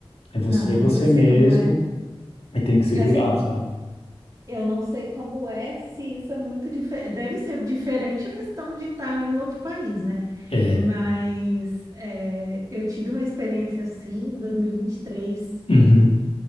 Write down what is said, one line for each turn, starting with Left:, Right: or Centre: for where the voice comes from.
Left: é você,
Right: não,
Left: você
Right: eu sei
Left: mesmo,
Right: como é.
Left: e tem que se
Right: É
Left: virar,
Right: Assim,
Left: sabe?
Right: eu não sei como é se isso é muito diferente. Deve ser diferente a questão de estar em outro país, né?
Left: É.
Right: Mas é, eu tive uma experiência assim em 2023.
Left: Uhum.